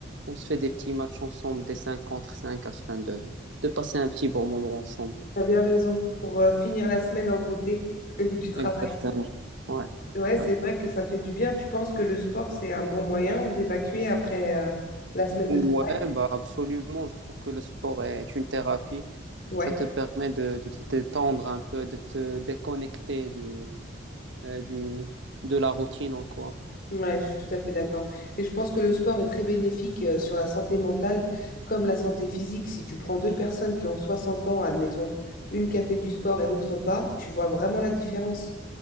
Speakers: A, on the right; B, on the left.
A: On se fait des petits matchs ensemble, des 5 contre 5, afin de, de passer un petit bon moment ensemble.
B: t'as bien raison pour euh, finir la semaine en beauté <laughs> du travail.
A: Exactement. Ouais.
B: Ouais,
A: Ouais.
B: c'est vrai que ça fait du bien. Tu penses que le sport, c'est un bon moyen d'évacuer après euh, la semaine
A: Ouais,
B: de travail?
A: bah absolument. Je trouve que le sport est une thérapie.
B: Ouais,
A: Ça te permet de, de te détendre un peu, de te déconnecter du, euh, du, de la routine, en quoi.
B: ouais, je suis tout à fait d'accord. Et je pense que le sport est très bénéfique euh, sur la santé mentale comme la santé physique. Si tu prends deux personnes qui ont 60 ans, admettons, une qui a fait du sport et l'autre pas, tu vois vraiment la différence.